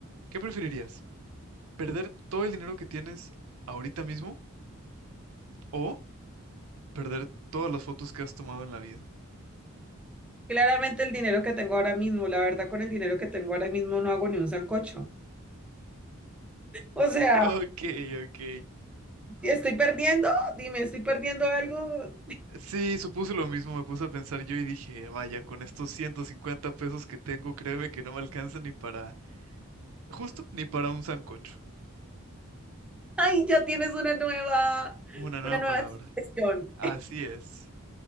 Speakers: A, on the right; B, in the centre.
A: ¿Qué preferirías? ¿Perder todo el dinero que tienes ahorita mismo o perder todas las fotos que has tomado en la vida?
B: Claramente el dinero que tengo ahora mismo, la verdad, con el dinero que tengo ahora mismo no hago ni un sancocho. O sea,
A: Ok, ok.
B: ¿estoy perdiendo? Dime, ¿estoy perdiendo algo?
A: Sí, supuse lo mismo, me puse a pensar yo y dije, vaya, con estos 150 pesos que tengo, créeme que no me alcanza ni para, justo, ni para un sancocho.
B: Ay, ya tienes una nueva,
A: Una nueva
B: una nueva
A: palabra.
B: expresión.
A: Así es.